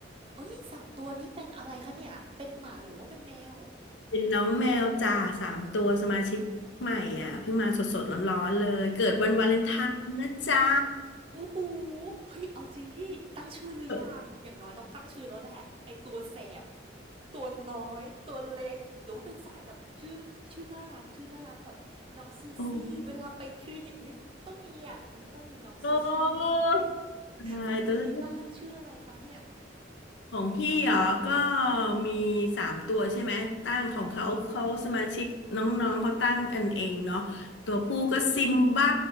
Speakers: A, on the right; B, on the left.
A: เอ้ยสามตัวนี้เป็นอะไรคะเนี่ย เป็นหมาหรือว่าเป็นแมว
B: เป็นน้องแมวจ่าสามตัวสมาชิกใหม่อ่ะเพิ่งมาสดๆร้อนๆเลยเกิดวันวาเลนไทน์นะจ๊ะ
A: อู้หูเฮ้ยเอาจริงพี่ตั้งชื่อหรือยังอย่างน้อยต้องตั้งชื่อแล้วแหละไอตัวแสบ
B: โ
A: ตัวน้อย ตัวเล็ก หรือว่าเป็นสายแบบชื่อชื่อน่ารักชื่อน่ารักแบบน้องซูซี่
B: อ้
A: เวลาไปคลินิกนี่ต้องมีอ่ะมันต้องมีน้องซูซี่
B: โอ้ตายตัวเลือก
A: ฝั่งนี้นี่บ้านชื่ออะไรคะเนี่ย
B: ของพี่เหรอก็มีสามตัวใช่ไหมตั้งของเขาเขาสมาชิกน้องๆเขาตั้งอันเองเนาะตัวผู้ก็ซิมบ้า